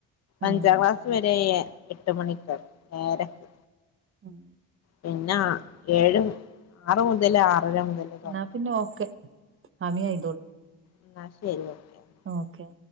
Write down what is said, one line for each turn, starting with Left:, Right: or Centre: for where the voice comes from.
Right: ഉം
Left: അഞ്ചാം ക്ലാസ് വരേയെ എട്ട് മണിക്ക് ഏഴരക്ക്
Right: ഉം
Left: പിന്നാ ഏഴും ആറ മു തെല്ലാം ആറര മുതല് തൊടങ്ങും
Right: എന്നാ പിന്നെ
Left: ക്ലാസ്
Right: ഓക്കെ സമയായി തോന്നുന്നു
Left: ഇന്നാ ശരി. Okay
Right: okay